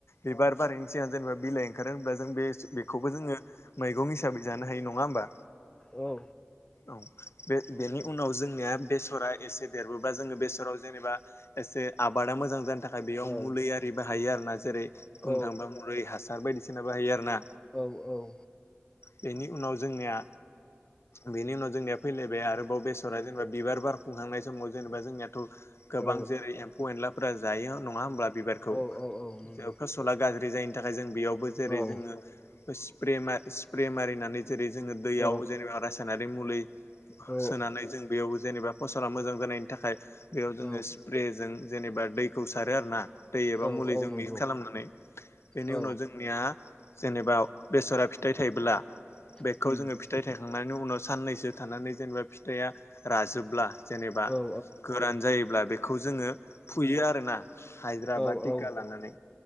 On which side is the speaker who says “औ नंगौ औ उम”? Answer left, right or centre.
Left